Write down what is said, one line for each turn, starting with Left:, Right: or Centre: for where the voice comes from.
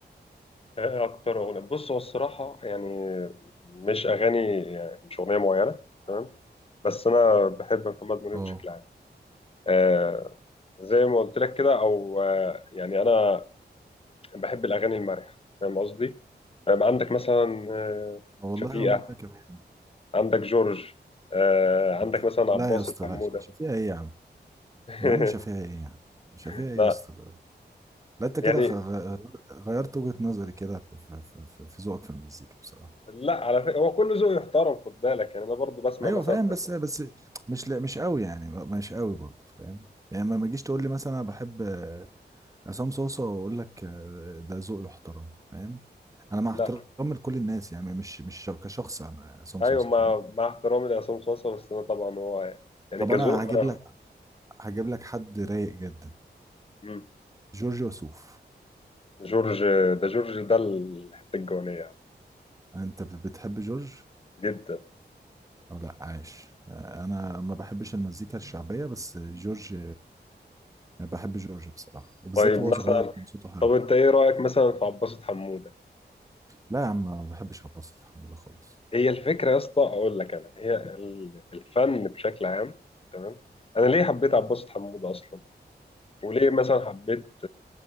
Left: آه، اكتر اغنيه بص هو الصراحه يعني مش اغاني يعني مش اغنيه معينه تمام بس انا بحب محمد منير
Right: اه
Left: بشكل عام آه زي ما قلت لك كده او آه يعني انا بحب الاغاني المرحه فاهم قصدي آه، عندك مثلا آه،
Right: آه والله
Left: شفيقه
Right: وانا كمان
Left: عندك جورج آه، عندك
Right: بتح...
Left: مثلا
Right: لا
Left: عباس
Right: يا اسطى
Left: الحمودة
Right: لا شفيع ايه يا عم
Left: <laughs>
Right: يا عم شفيع ايه يا عم شفيع ايه
Left: لا
Right: يا اسطى ده؟ لا انت كده
Left: يعني
Right: غ- غ- غيرت وجهه نظري كده في في في في- في ذوقك في المزيكا بصراحه
Left: لا على فكرة هو كل ذوق يحترم خد بالك يعني انا برضو بسمع
Right: ايوه
Left: مثلا
Right: فاهم
Left: في
Right: بس بس مش لا مش قوي يعني م- مش قوي برضه فاهم يعني ما ما تجيش تقول لي مثلا انا بحب آه، عصام صوصه واقول لك آه، ده ذوقي يحترم فاهم انا مع
Left: لا
Right: احترامي لكل الناس يعني مش مش كشخص أنا عصام
Left: ايوه
Right: صوصه
Left: مع
Right: فاهم
Left: مع احترامي لعصام صاصا بس انا طبعا هو يعني
Right: طب
Left: كذوق
Right: انا هجيب
Left: انا
Right: لك هجيب لك حد رايق جدا
Left: مم.
Right: جورج وسوف
Left: جورج ده جورج ده الحتة الجوانية
Right: انت بتحب جورج
Left: جدا
Right: او لا عاش انا ما بحبش المزيكا الشعبيه بس جورج بحب جورج بصراحه وبالذات
Left: طيب
Right: وهو
Left: مثلا
Right: صغير كان صوته حلو
Left: طب انت ايه رأيك مثلا في عباس حمودة
Right: لا يا عم ما بحبش عباس حموده خالص
Left: هي الفكرة يا اسطى اقول لك انا هي ال- الفن بشكل عام تمام انا ليه حبيت عباس حمودة اصلا وليه مثلا حبيت